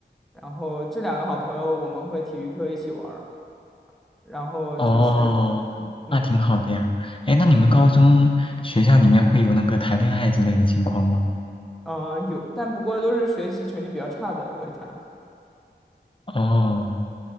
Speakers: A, in the centre; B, on the left.
A: 然后这两个好朋友我们会体育课一起玩儿，然后就是，
B: 哦，
A: 嗯
B: 那挺好的呀。哎，那你们高中学校里面会有那个谈恋爱之类的情况吗？
A: 嗯、呃有，但不过都是学习成绩比较差的会谈，
B: 哦，